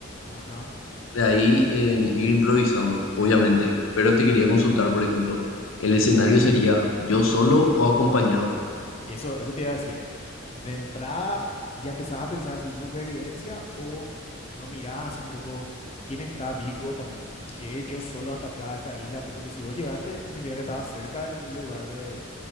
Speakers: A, on the left; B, on the left.
A: ajá.
B: de ahí en ir improvisando, obviamente.
A: Ento-
B: Pero te quería consultar, por ejemplo, ¿el escenario sería yo solo o acompañado?
A: eso, eso te iba a decir. De entrada, ya empezás a pensar si supervivencia o no mirás así un poco quién está vivo también. Llegué yo solo hasta acá, a esta isla, porque si vos llegaste, significa que estabas cerca del lugar de,